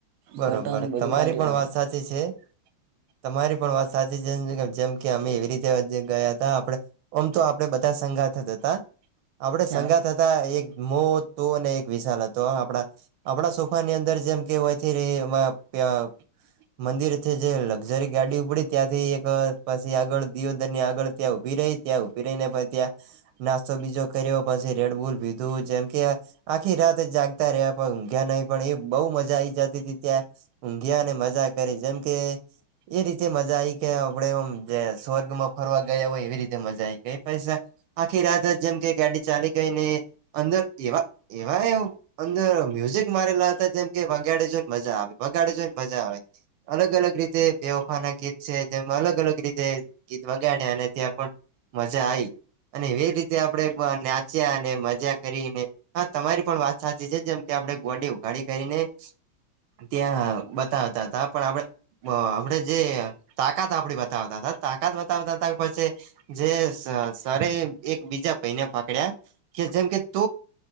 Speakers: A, on the right (about 85°); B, on the right (about 65°).
A: બરોબર
B: ફોટા બધું
A: તમારી
B: પાડ્યું.
A: પણ વાત સાચી છે તમારી પણ વાત સાચી છે જેમ કે અમેવી રીતે ગયા હતા આપે ઓમ તો આપે બધા સંગા થતા હતા. આપડે
B: હા
A: સંગાત હતા એક મો હતો ને એક વિશાલ હતો આપણા આપણા સૌ વાની અંદર જેમ કે હોયથી ર મંદિર છે જે લક્ઝરી ગાડી ઉપડી ત્યાંથી એક પાછી આગળ દિયોદર ની આગળ ત્યાં ઉભી ત્યાં ઉભી રઈ ને પછી ત્યા નાસ્તો બીજો કર્યો પછી રેડબુલ ભીધું જેમ કે આખી રાત જાગતા રહ્યા પણઘ્યા ન એ બહ મજા આવી જતી હતી ત્યાં ઊંઘ્યાને મજા કરી જેમ કે એ રીતે મજા મજા આઈ કે આપડ એમ જે સ્વર્ગમાં ફરવા ગયા હોય એવી રીતે મજા આવી ગઈ પછ આખી રાત જેમ કે ગાડી ચાલી ગઈને અંદર એવા એવા એ અંદર મ્યુઝિક મારેલા હતા જેમ કે વગાડે જોઈને મજા આવે વગાડે જોઈને મજા આવે અલગ અલગ રીતે બેવફાના ગીત છે જેમાં અલગ અલગ રીતે ગીત વગાડ્યા અને ત્યાં પણ મજા આવી. અને એવી રીતે આપણે નાચ્યા અને મજા કરીને હ તમારી પણ વાત સાચી છે જેમ કે આપડે બોડી ઉખાડી કરીને ત્યાં બતાવતા હતા પણ આપણે આપણેે જે તાકાત આપડી બતાવતા હતા તાકાત બતાવતા હતા પછી જે સર એક બીજા પૈને પકડ્યા કે જેમ કે ત